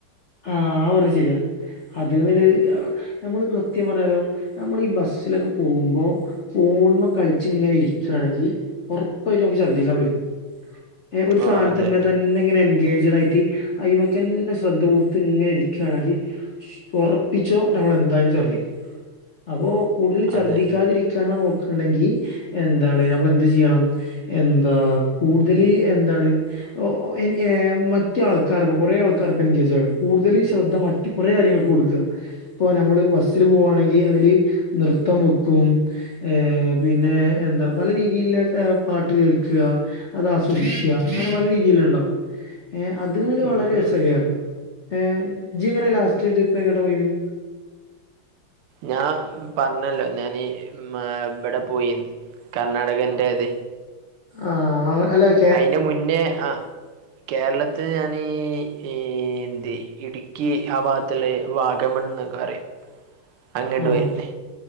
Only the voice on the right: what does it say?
ഉം
ആഹ് അതെ
അതെ
ഉം
ഉം
ഞാ പറഞ്ഞല്ലോ, ഞാന് മ ഇബടെ പോയീന്ന് കർണ്ണാടകന്റെ ത്
അയിന്റെ മുന്നേ ആ കേരളത്ത് ഞാനീ ഈ ഇന്തി ഇടുക്കി ആ ഭാഗത്ത്ള്ളെ - വാഗമൺന്നൊക്കെ പറയും, അങ്ങട്ട്
പോയീന്ന്